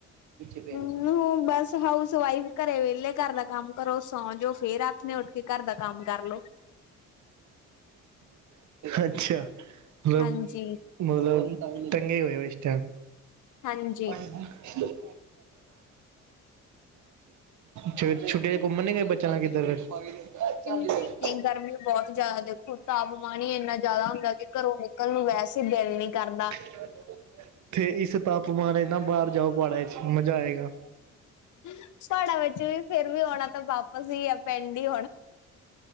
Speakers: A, on the right; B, on the left.
A: ਪਏ
B: ਹਮ
A: ਨੇ
B: ਹ ਬੱਸ ਹਾਊਸ ਵਾਈਫ਼ ਘਰੇ ਵਿਹਲੇ ਘਰ ਦਾ ਕੰਮ, ਸੌਂ ਜਾਓ, ਫ਼ੇਰ ਆਥਣੇ ਉੱਠ ਕੇ ਘਰ ਦਾ ਕਰ ਲੋ
A: ਅੱਛਿਆ, ਮਲਬ,
B: ਹਾਂਜੀ
A: ਮਤਲਬ ਟੰਗੇ ਏ ਹੋਏ ਓ, ਇਸ ਟੈਮ
B: ਹਾਂਜੀ।
A: ਅੱਛਾ, ਫ਼ਿਰ ਛੁੱਟੀਆਂ 'ਚ' ਘੁੰਮਣ ਨੀ ਕ ਬੱਚਿਆਂ ਨਾਲ਼ ਕਿੱਧਰ ਫ਼ਿਰ' '
B: ਨਹੀਂ-ਨਹੀਂ
A: <unintelligible>
B: ਗਰਮੀ ਬਹੁਤ ਜ਼ਿਆਦਾ ਦੇਖੋਂ, ਤਾਪਮਾਨ ਹੀ ਇੰਨਾ ਜ਼ਿਆਦਾ ਹੁੰਦਾ ਕਿ ਘਰੋਂ ਨਿਕਲਣ ਨੂੰ ਵੈਸੇ ਦਿਲ ਨੀ ਕਰਦਾ
A: ' <inaudible> ਤੇ ਇਸ ਤਾਪਮਾਨ ਵਿੱਚ ਨਾ ਬਾਹਰ ਜਾਓ ਪਾੜਾ 'ਚ' ਮਜ਼ਾ ਆਏਗਾ
B: ਪਹਾੜਾ ਵਿੱਚ ਵੀ, ਫ਼ੇਰ ਵੀ ਆਉਣਾ ਤਾਂ ਵਾਪਸ ਈ ਆ ਪਿੰਡ ਈ